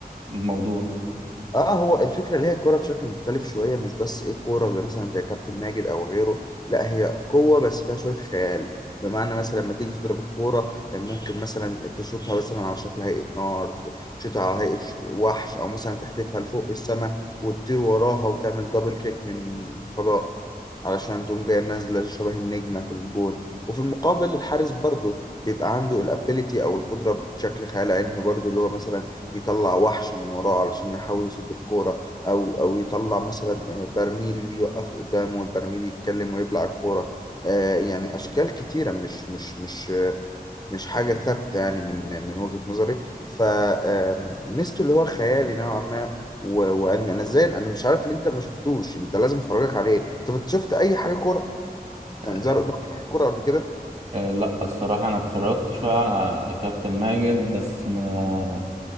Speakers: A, on the right (about 45°); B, on the left (about 25°).
A: الموضوع
B: اه هو الفكره اللي هي كوره بشكل مختلف شويه مش بس ايه كوره زي مثلا زي كابتن ماجد او غيره لا هي قوه بس فيها شويه خيال بمعنى مثلا لما تيجي تضرب الكوره ممكن مثلا تشوطها مثلا على شكل هيئه نار تشوطها على هيئه ش- وحش او مثلا تحدفها لفوق في السماء وتطير وراها وتعمل دبل كيك من فضاء علشان تقوم جايه نازله شبه النجمه في الجون وفي المقابل الحارس برضه بيبقى عنده الابيليتي او القدره بشكل خيال علمي برضه اللي هو مثلا يطلع وحش من وراه علشان يحاول يصد الكورة أو أو يطلع مثلا آه، برميل يوقفه قدامه والبرميل يتكلم ويبلع الكورة آه، يعني أشكال كتيرة مش مش مش آه، مش حاجة ثابتة يعني من من وجهة نظري فميزته اللي هو خيالي نوعا ما و- وعلمي أنا إزاي أنا مش عارف اللي أنت ما شفتوش أنت لازم أفرجك عليه أنت شفت أي حاجة كورة
A: آه.
B: يعني زهر قدامك حاجة كورة قبل كده
A: آه، لا الصراحة أنا اتفرجت شوية على كابتن ماجد بس ما